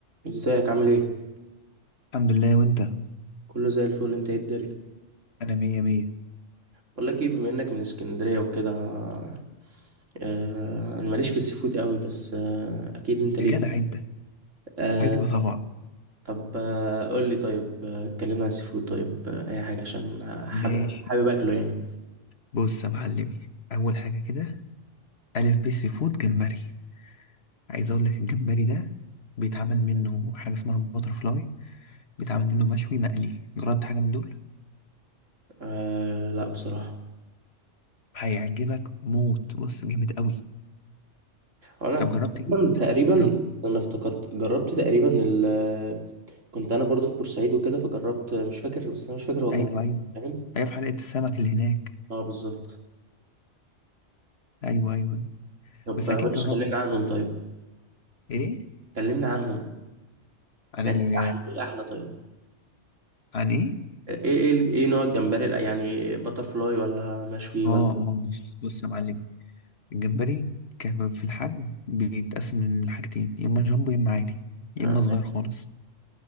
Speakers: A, on the right; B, on the left.
A: ازيك عامل ايه
B: الحمد لله وانت
A: كله زي الفل انت ايه الدنيا
B: انا مية مية
A: بقول لك ايه بما انك من اسكندريه وكده آه انا ماليش في السيفود قوي بس آه اكيد انت ليك
B: يا جدع انت
A: آه
B: ايوه طبعا
A: طب آه قول لي طيب آه، اتكلمنا عن السيفود طيب آه اي حاجه عشان حابب
B: ماشي
A: حابب اكله يعني
B: بص يا معلمي اول حاجه كده الف ب سي فود جمبري عايز اقول لك الجمبري ده بيتعمل منه حاجه اسمها باتر فلاي بيتعمل منه مشوي مقلي جربت حاجه من دول
A: آه لا بصراحه
B: هيعجبك موت بص جامد قوي
A: هو انا
B: طب
A: تقريبا
B: جربت ايه؟
A: تقريبا
B: جربت إيه؟
A: انا افتكرت جربت تقريبا ال آه، كنت انا برضو في بورسعيد وكده فجربت مش فاكر بس انا مش فاكر هو كان
B: ايوه ايوه
A: إيه، فاهم
B: ايوه في حلقه السمك اللي هناك
A: اه بالظبط
B: ايوه ايوه
A: طب
B: بس
A: آه،
B: اكيد
A: ماشي
B: جربت
A: كلمنا عنهم طيب
B: ايه
A: كلمنا عنهم
B: عن
A: يعني
B: ال
A: احلى ايه احلى طيب
B: عن ايه
A: ايه ايه ايه نوع الجمبري الأ- يعني بتر فلاي ولا مشوي
B: اه
A: ولا
B: اه بص بص يا معلم الجمبري كان في الحجم بيتقسم من حاجتين يا اما جامبو يا اما عادي يا
A: آه.
B: اما صغير خالص